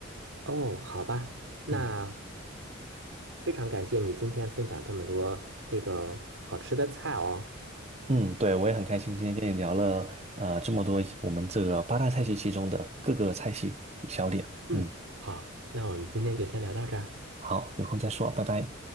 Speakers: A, on the right; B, on the right.
A: 哦，好吧，那
B: 嗯
A: 非常感谢你今天分享这么多这个好吃的菜哦。
B: 嗯，对，我也很开心今天跟你聊了呃这么多我们这个八大菜系其中的各个菜系小点。
A: 嗯，
B: 嗯，
A: 好，那我们今天就先聊到这儿。
B: 好，有空再说，拜拜。